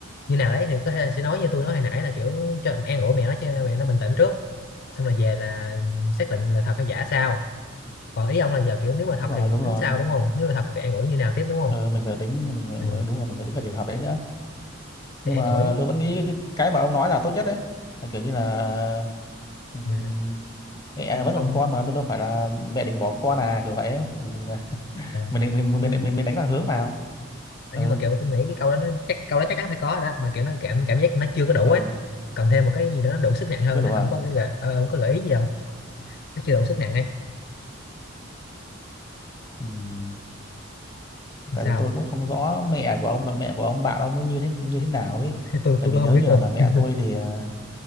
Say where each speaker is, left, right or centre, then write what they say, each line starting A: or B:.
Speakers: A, on the left; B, on the left.
A: như nào đấy thì có thể là sẽ nói như tôi nói hồi nãy là kiểu cho an ủi mẹ nó cho mẹ nó bình tĩnh trước xong rồi về là xác định là thật hay giả sao còn ý ông là giờ kiểu nếu mà
B: đúng
A: thật
B: rồi
A: thì
B: đúng
A: tính
B: rồi
A: sao đúng không nếu mà thật thì an ủi như nào tiếp đúng không
B: ờ, mình phải tính mình
A: ừ.
B: phải, đúng rồi mình phải tính cả trường hợp đấy nữa
A: thì
B: nhưng
A: an
B: mà
A: ủi
B: tôi vẫn nghĩ cái cái mà ông nói là tốt nhất đấy là kiểu như là ừm,
A: ừ.
B: mẹ
A: không
B: vẫn
A: không
B: còn con mà đâu đâu phải là mẹ định bỏ con à kiểu vậy ấy. mình à,
A: Ờ.
B: mình mình
A: nhưng
B: mình mình, mình đánh lạc hướng vào
A: ờ,
B: ừ
A: nhưng mà kiểu tôi nghĩ cái câu đó nó chắc câu đó chắc chắn phải có rồi đó mà kiểu nó cảm cảm giác nó chưa có đủ
B: ừ
A: ấy cần thêm một cái gì đó nó đủ sức nặng hơn
B: chứ có đủ
A: nữa
B: à
A: ông có cái gợi ờ, ông có gợi ý gì không nó chưa đủ sức nặng ấy
B: Ừm, tại
A: sao
B: vì tôi cũng không rõ mẹ của ông là mẹ của ông bạn ông nó như thế như thế nào ấy
A: <laughs> tôi
B: tại
A: tôi
B: vì
A: cũng không
B: nếu
A: biết
B: như
A: luôn
B: là, là mẹ
A: <laughs>
B: tôi thì ờ,